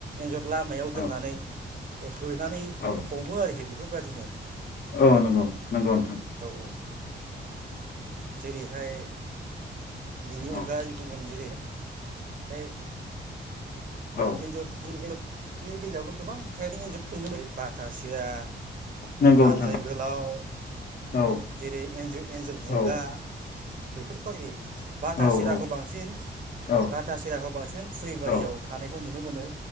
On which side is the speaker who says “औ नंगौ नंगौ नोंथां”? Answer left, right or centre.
Left